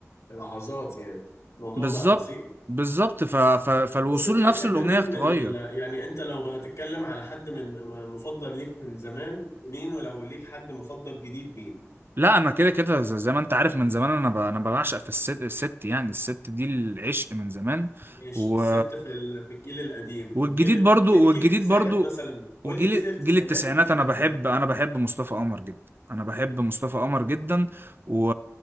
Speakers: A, on the left; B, on the right.
A: في لحظات يعني الموضوع
B: بالظبط
A: بقى بسيط
B: بالظبط ف... ف... فالوصول
A: بس أنت بتحب
B: نفسه الأغنية
A: مين
B: اتغير
A: من ال... يعني أنت لو هتتكلم على حد من م- مفضل ليك من زمان مين ولو ليك حد مفضل جديد مين
B: لا انا كده كده ز- زي ما انت عارف من زمان انا ب... انا بعشق في الست الست يعني الست دي العشق من زمان
A: ماشي
B: و
A: الست في ال- في الجيل القديم
B: والجديد
A: الجيل الجيل
B: برضو والجديد
A: جيل التسعينات
B: برضو
A: مثلا قول
B: وجيل
A: لي جيل التسعينات
B: جيل التسعينات
A: وجيل الألفينات
B: انا بحب انا بحب مصطفى قمر جدا انا بحب مصطفى قمر جدا و...